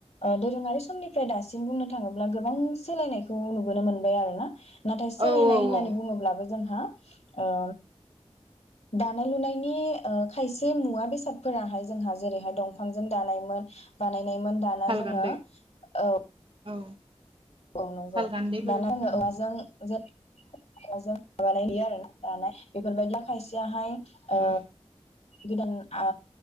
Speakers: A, on the left; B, on the right.
A: दोरोङारि समनिफ्राय दासिम बुंनो थाङोब्ला गोबां सोलायनायखौ नुबोनो मोनबाय आरोना। नाथाय सोलायनाय
B: औ औ
A: होननानै
B: औ
A: बुङो जोंहा ओ दानाय लुनायनि ओ खायसे मुवा बेसादफोराहाय जोंहा जेरैहाय दंफांजों दानायमोन बानाय नैमोन दाना
B: सालगान्दै
A: जोङो औ
B: औ
A: औ नंगौ
B: सालगान्दैफोर
A: दाना ओं
B: उम
A: औवाजों जेर वाजों माबानाय गैया आरो ना दानाय बेफोरबायदिया खायसेयाहाय ओ
B: औ
A: गोदान आ